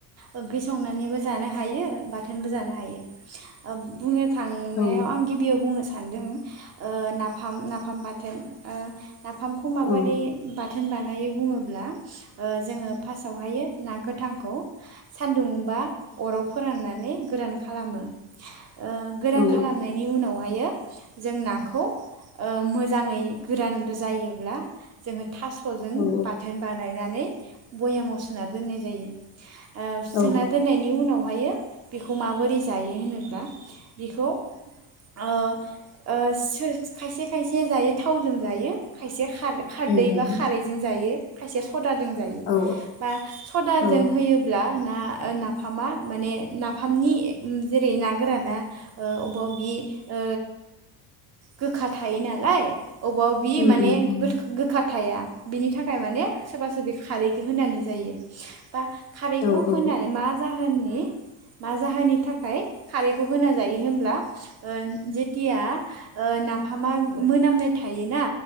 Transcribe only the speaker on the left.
औ
औ
औ
औ
औ
उम उम
औ
औ
उम
उम उम
औ
औ